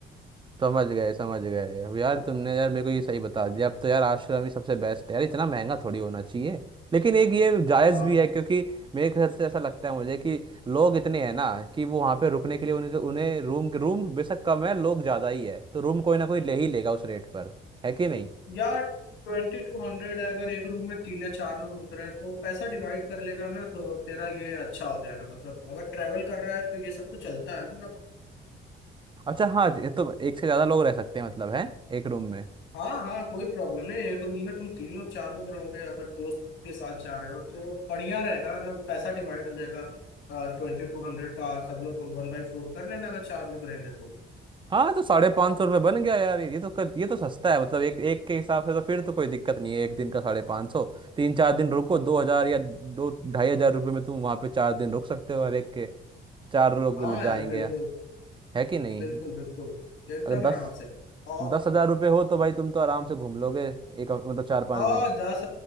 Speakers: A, on the right; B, on the left.
A: समझ गए समझ गए अब यार तुमने यार मेरे को ये सही बता दिया अब तो यार आश्रम ही सबसे बेस्ट है यार इतना महंगा थोड़ी होना चाहिए लेकिन एक ये जायज़
B: गया
A: भी है क्योंकि मेरे ख्याल से ऐसा लगता है मुझे कि लोग इतने हैं ना कि वो वहाँ पे रुकने के लिए उनके उन्हें रूम रूम बेशक कम है लोग ज़्यादा ही है तो रूम कोई ना कोई ले ही लेगा उस रेट पर है कि नहीं
B: यार ट्वेंटी टू हंड्रेड है अगर एक रूम में तीन या चार लोग रुक रहे हैं तो पैसा डिवाइड कर लेगा ना तो तेरा ये अच्छा हो जाएगा मतलब अगर ट्रेवल कर रहा है तो ये सब तो चलता है मतलब
A: अच्छा हाँ ये तो एक से ज्यादा लोग रह सकते हैं मतलब है एक रूम में
B: हाँ हाँ कोई प्रॉब्लम नहीं एक रूम में तुम तीन लोग चार लोग रहोगे अगर दोस्त के साथ जा रहे हो तो बढ़िया रहेगा मतलब पैसा डिवाइड हो जाएगा ट्वेंटी टू हंड्रेड का सब लोग वन बाई फोर कर लेना अगर चार लोग रहेंगे तो
A: हाँ तो साढ़े पाँच सौ रुपये बन गया यार ये तो कर, ये तो सस्ता है मतलब एक एक के हिसाब से तो फिर तो कोई दिक्कत नहीं है एक दिन का साढ़े पाँच सौ तीन चार दिन रुको दो हजार या दो ढाई हजार रुपये में तुम वहाँ पे चार दिन रुक सकते हो हर एक के चार लोग
B: हाँ
A: जाएंगे
B: यार बिल्कुल
A: है कि नहीं
B: बिल्कुल बिल्कुल एकदम
A: अगर दस
B: आराम से और
A: दस हजार रुपये हो तो भाई तुम तो आराम से घूम लोगे एक हफ- मतलब चार पाँच
B: आ
A: दिन
B: दस